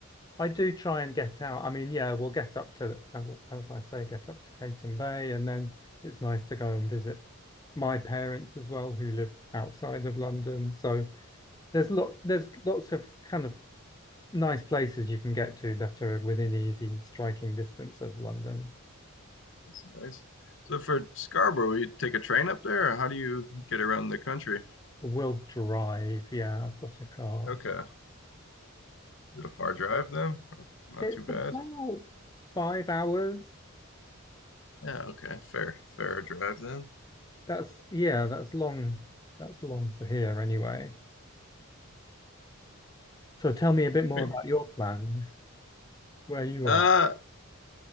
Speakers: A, on the left; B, on the left.
A: I do try and get out. I mean, yeah, we'll get up to, as as I say, get up to Caton Bay, and then it's nice to go and visit my parents as well, who live outside of London. So there's lot there's lots of kind of nice places you can get to that are within easy striking distance of London.
B: That's nice. So for Scarborough, you take a train up there, or how do you get around the country?
A: We'll drive. Yeah, I've got a car.
B: Okay. Is it a far drive then? Not
A: It's
B: too bad.
A: about five hours.
B: Yeah, okay. Fair, fair drive then.
A: That's yeah, that's long. That's long for here anyway. So tell me a bit
B: I
A: more
B: mean,
A: about your plans, where you
B: uh,
A: are.